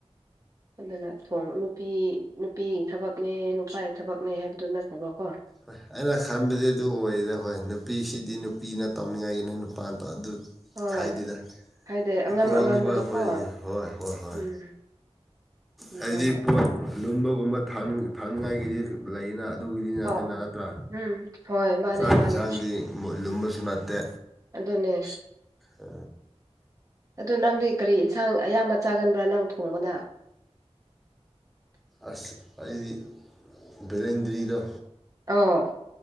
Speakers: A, on the right; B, in the centre.
A: ꯑꯗꯨꯅ ꯊꯣꯡ꯫ ꯅꯨꯄꯤ ꯅꯨꯄꯤ ꯊꯕꯛꯅꯦ ꯅꯨꯄꯥꯏ ꯊꯕꯛꯅꯦ ꯍꯥꯏꯕꯗꯨꯣ ꯅꯠꯇꯕꯀꯣ
B: ꯍꯣꯏ ꯑꯩꯅ ꯈꯟꯕꯗꯤ ꯑꯗꯨ ꯑꯣꯏꯗ ꯍꯣꯏ ꯅꯨꯄꯤꯁꯤꯗꯤ
A: ꯎꯝ
B: ꯅꯨ ꯅꯨꯄꯤꯅ ꯇꯧꯅꯤꯡꯉꯥꯏꯒꯤ ꯅ ꯅꯨꯄꯥꯗꯣ ꯑꯗꯨ
A: ꯍꯣꯏ
B: ꯈꯥꯏꯗꯦꯗ
A: ꯍꯥꯏꯗꯤ ꯑꯉꯝ
B: ꯏꯀꯣꯡꯡꯝꯉꯤꯕ
A: ꯑꯉꯝꯕꯗꯣꯀꯣ
B: ꯑꯩꯈꯣꯏꯗꯤ ꯍꯣꯏ ꯍꯣꯏ ꯍꯣꯏ
A: ꯎꯝ ꯑꯗꯨꯃꯥꯏꯅ
B: ꯍꯥꯏꯕꯗꯤ ꯄꯣꯠ ꯂꯨꯝꯕꯒꯨꯝꯕ ꯊꯥꯡ ꯊꯥꯡꯅꯤꯡꯉꯥꯏꯒꯤꯗꯤ ꯂꯩꯅ ꯑꯗꯨꯒꯤꯗꯤ꯫ ꯅꯠꯇꯦꯅ
A: ꯑꯥꯎ
B: ꯅꯠꯇ꯭ꯔꯥ
A: ꯎꯝ꯫ ꯍꯣꯏ ꯃꯥꯅꯦ
B: ꯆꯥꯛ ꯌꯦꯟꯁꯥꯡꯗꯤ
A: ꯃꯥꯅꯦ
B: ꯃꯨꯠ ꯂꯨꯝꯕꯁꯨ ꯅꯠꯇꯦ
A: ꯑꯗꯨꯅꯦ
B: ꯑ
A: ꯑꯗꯨ ꯅꯪꯗꯤ ꯀꯔꯤ ꯏꯟꯁꯥꯡ ꯑꯌꯥꯝꯕ ꯆꯥꯒꯟꯕ꯭ꯔꯥ ꯅꯪ ꯊꯣꯡꯕꯗ
B: ꯑꯁ ꯑꯩꯗꯤ ꯕꯂꯦꯟꯗ꯭ꯔꯤꯗ
A: ꯑꯣ